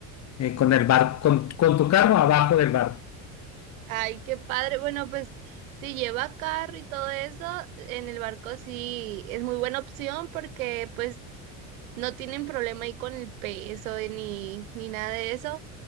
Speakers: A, on the left (about 40°); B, on the right (about 85°).
A: eh, con el barco, con, con tu carro abajo del barco.
B: Ay, qué padre. Bueno, pues si lleva carro y todo eso, en el barco sí es muy buena opción porque pues no tienen problema ahí con el peso y ni, ni nada de eso.